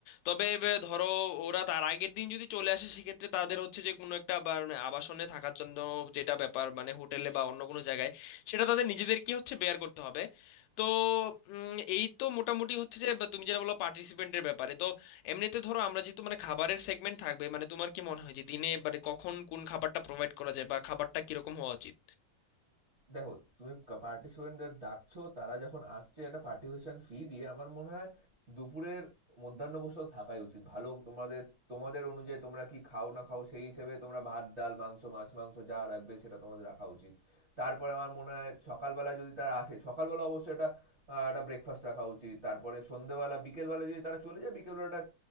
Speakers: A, on the left (about 80°); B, on the right (about 45°).
A: তবে এ, ধরো ওরা তার আগের দিন যদি চলে আসে সেক্ষেত্রে তাদের হচ্ছে যে কোনো একটা বা- মানে, আবাসনে থাকার জন্য যেটা ব্যাপার মানে হোটেলে বা অন্য কোনো জায়গায় সেটা তাদের নিজেদের কি হচ্ছে বেয়ার করতে হবে তো উম, এই তো মোটামুটি হচ্ছে যে বা তুমি যেটা বলো পার্টিসিপেন্টের ব্যাপারে তো এমনিতে ধরো আমরা যেহেতু মানে খাবারের সেগমেন্ট থাকবে মানে তোমার কি মনে হয় যে দিনে মানে কখন কোন খাবারটা প্রোভাইড করা যায় বা খাবারটা কিরকম হওয়া উচিত
B: দেখো তুমি পার্টিসিপেন্টদের ডাকছো তারা যখন আসছে একটা পার্টিসিপেশন ফি দিয়ে আমার মনে হয় দুপুরের মধ্যাহ্ন ভোজটা থাকাই উচিত ভালো তোমাদের তোমাদের অনুযায়ী তোমরা কি খাও না খাও সেই হিসেবে তোমরা ভাত ডাল মাংস মাছ মাংস যা রাখবে সেটা তোমাদের রাখা উচিত তারপরে আমার মনে হয় সকালবেলা যদি তারা আসে সকালবেলা অবশ্যই একটা আহ, একটা ব্রেকফাস্ট রাখা উচিত তারপরে সন্ধেবেলা বিকেলবেলা যদি তারা চলে যায় বিকেলবেলা একটা